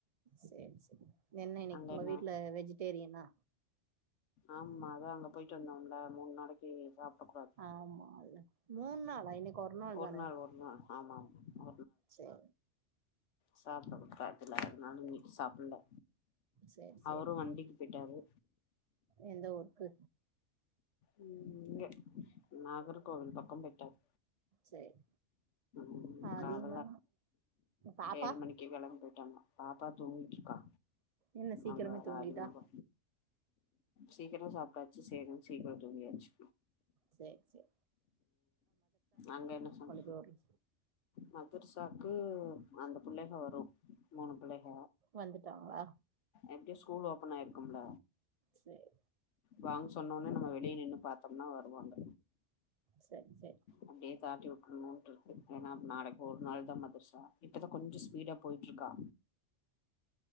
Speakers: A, on the right; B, on the left.
A: செரி செரி என்ன இன்னக்கி
B: அங்க
A: உங்க
B: என்ன
A: வீட்ல வெஜிடேரியனா
B: ஆமா அத அங்க போயிட்டு வந்தோம்ல மூணு நாளைக்கு சாப்ட கூடாது
A: ஆமால்ல மூணாளா இனிக்குறநாள்
B: ஒரு
A: தானே
B: நாள் ஒரு நாள் ஆமா ஆமா
A: சரி
B: சாப்பிட காட்டல அதனாலும் இன்னைக்கு சாப்பிடல
A: சேரி சேரி
B: அவரும் வண்டிக்கு போயிட்டாரு
A: எந்த ஊருக்கு
B: உ இங்க நாகர் கோவில் பக்கம் போயிட்டாரு
A: சேரி
B: உம்
A: அதேதா
B: கால
A: பாப்பா
B: ஏழு மணிக்கு கேலம்பும்போது பாப்பா தூங்கிட்டுற்றுகா
A: என்ன சீக்கிரமே
B: அங்க
A: தூங்கிட்டா
B: ராஜமங்க சீக்கிரமா சாப்பிட்டாச்சுசேரி சே சீக்கிரம் தூங்கியாச்சு
A: செரி செரி
B: அங்க என்னம்
A: போய் விட்றது
B: மதுர்சாக்கு அந்த பிள்ளைக வரும் மூணு பிள்ளைக
A: வந்துட்டாங்களா
B: எப்படியு ஸ்கூல் ஓப்பன் ஆயிருக்கும்ல
A: சேரி
B: வாங்க சொன்னோனே நம்ம வெளியே நின்று பாாத்தோம்னா வருவாங்க
A: செரி செரி
B: அப்டியே தாட்டி விட்டுணும் இருக்கு ஏன்னா நாளைக்கு ஒரு நாள் தான் மதிரச்சா இப்பதான் கொஞ்சம் ஸ்பீடா போயிட்டு இருக்கா